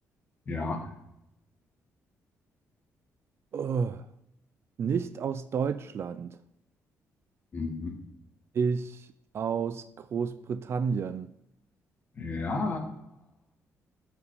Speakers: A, on the left; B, on the right.
A: Ja.
B: Oh, nicht aus Deutschland.
A: Mhm.
B: Ich aus Großbritannien.
A: Ja.